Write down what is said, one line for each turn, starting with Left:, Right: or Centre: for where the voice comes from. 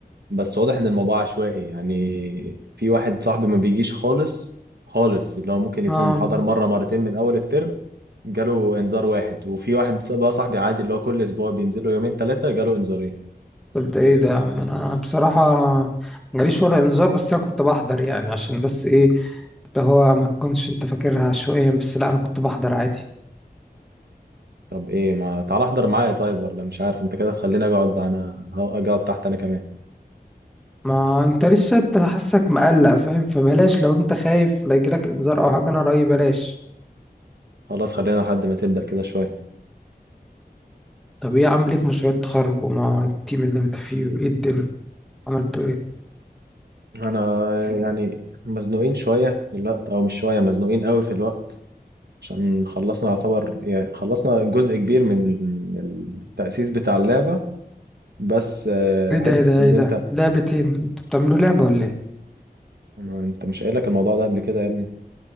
Right: بس واضح ان الموضوع عشوائي يعني في واحد صاحبي ما بيجيش خالص خالص اللي هو ممكن يكون
Centre: اه
Right: حضر مره مرتين من اول الترم جاله انذار واحد وفي واحد بقى صاحبي عادي اللي هو كل اسبوع بينزل له يومين ثلاثه جاله انذارين
Centre: طب ده ايه ده يا عم انا بصراحة ما جاليش ولا انذار بس انا كنت بحضر يعني عشان بس ايه اللي هو ما تكونش انت فاكرها عشوائيا بس لا انا كنت بحضر عادي
Right: طب ايه ما تعال احضر معايا طيب ولا مش عارف انت كده خليني اقعد انا ه- اقعد تحت انا كمان
Centre: ما انت لسه انت حاسك مقلق فاهم فبلاش لو انت خايف لا يجيلك انذار او حاجه انا رايي بلاش
Right: خلاص خلينا لحد ما تبدأ كده شوية
Centre: طب ايه عامل ايه في مشروع التخرج ومع التيم اللي انت فيه وايه الدنيا عملتوا ايه
Right: انا يعني مزنوقين شوية في الوقت او مش شوية مزنوقين قوي في الوقت عشان خلصنا يعتبر يعني خلصنا جزء كبير من من التأسيس بتاع اللعبة بس آه،
Centre: ايه
Right: حتة
Centre: ده ايه ده
Right: ان
Centre: ايه ده
Right: انت
Centre: لعبتين انتوا بتعملوا لعبه ولا ايه
Right: أنا- انت مش قايل لك الموضوع ده قبل كده يا ابني